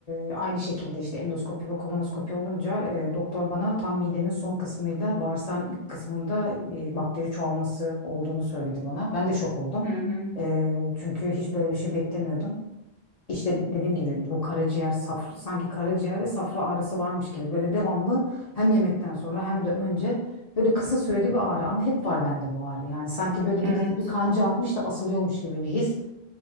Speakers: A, on the left; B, on the right.
A: e, aynı şekilde işte endoskopi ve kolonoskopi olunca e, doktor bana tam midenin son kısmıyla bağırsağın ilk kısmında e, bakteri çoğalması olduğunu söyledi bana. Ben de şok oldum.
B: Hı hı.
A: E, çünkü hiç böyle bir şey beklemiyordum. İşte dediğim gibi bu karaciğer safra, sanki karaciğer ve safra ağrısı varmış gibi böyle devamlı hem yemekten sonra hem de önce böyle kısa süreli bir ağrı ama hep var bende bu ağrı. Yani sanki böyle
B: Evet.
A: birisi bir kanca atmış da asılıyormuş gibi bir his.